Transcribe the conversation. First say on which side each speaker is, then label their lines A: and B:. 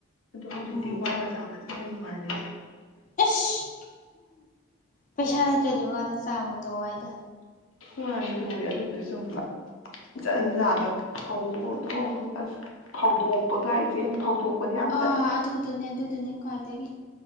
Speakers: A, on the left; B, on the left.
A: ꯑꯗꯣ ꯍꯧꯖꯤꯛꯇꯤ
B: ꯎꯝ
A: ꯋꯥꯠꯂꯒ ꯆꯥꯕꯁꯤꯁ ꯍꯦꯟꯅ ꯅꯨꯡꯉꯥꯏꯔꯤꯁꯦ
B: ꯏꯁ ꯄꯩꯁꯥ ꯂꯩꯇꯗꯤ ꯋꯥꯏ ꯆꯥꯝꯕꯅꯤ ꯇꯋꯥꯏꯗ
A: ꯃꯥꯅꯤ ꯑꯗꯨꯔ ꯑꯗꯨꯕꯨꯗꯤ ꯆꯨꯝꯕ ꯖꯟꯖꯥꯗꯣ
B: ꯎꯝ
A: ꯐꯧꯗꯣ ꯑꯃꯨꯛ ꯐꯧꯗꯣ ꯄ ꯑꯗꯨꯋꯥꯏ ꯑꯩꯅ ꯐꯧꯗꯣꯛꯄꯅꯦ ꯌꯥꯟꯅ
B: ꯑꯥ ꯑꯗꯨꯗꯨꯅꯦ ꯑꯗꯨꯗꯨꯅꯦ ꯈ꯭ꯋꯥꯏꯗꯒꯤ